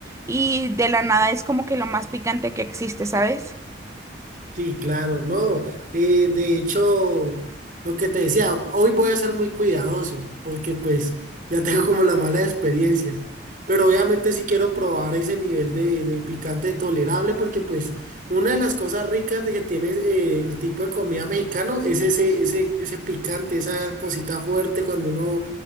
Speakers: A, on the right; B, on the right.
A: y de la nada es como que lo más picante que existe, ¿sabes?
B: Sí, claro, no. eh, de hecho, lo que te decía, hoy voy a ser muy cuidadoso porque pues ya tengo como la mala experiencia. Pero obviamente sí quiero probar ese nivel de, de picante tolerable porque pues una de las cosas ricas de que tiene eh, el tipo de comida mexicano es ese, ese, ese picante, esa cosita fuerte cuando uno